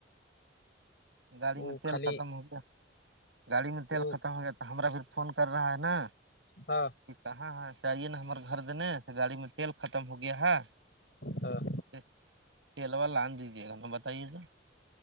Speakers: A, on the right; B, on the left.
A: گاڑی
B: وہ
A: میں تیل
B: خالی
A: ختم ہو گیا گاڑی میں تیل
B: وہ
A: ختم ہو گیا تو ہمار پھر فون کر رہا ہے نا
B: ہاں
A: ج کہاں ہے چاہیے نا ہمار گھر دینے سے گاڑی میں تیل ختم ہو گیا ہے
B: ہاں
A: کے علاوہ لان دیجیے گا نا بتائیے سر